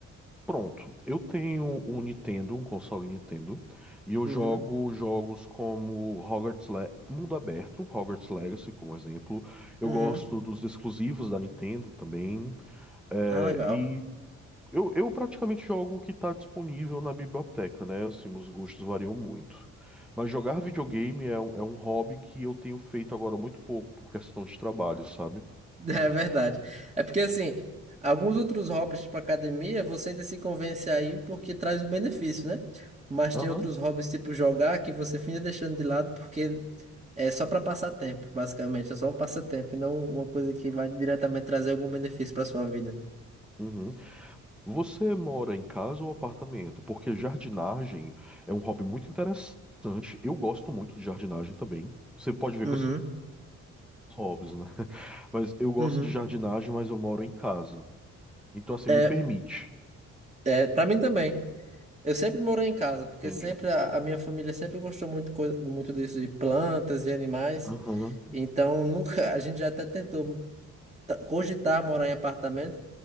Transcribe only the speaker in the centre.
Pronto, eu tenho um Nintendo, um console Nintendo, e eu
jogo jogos como Hogwarts Le Mundo Aberto, Hogwarts Legacy, como exemplo. Eu
gosto dos exclusivos da Nintendo também, é,
e eu, eu praticamente jogo o que está disponível na biblioteca, né? Assim, os gostos variam muito. Mas jogar videogame é um, é um hobby que eu tenho feito agora muito pouco, por questão de trabalho, sabe?
Aham.
Uhum. Você mora em casa ou apartamento? Porque jardinagem é um hobby muito interessante. Eu gosto muito de jardinagem também. Você pode ver
que eu sou hobbies, né? <laughs> Mas eu gosto
de jardinagem, mas eu moro em casa. Então, assim,
me permite.
Entendi.
Aham.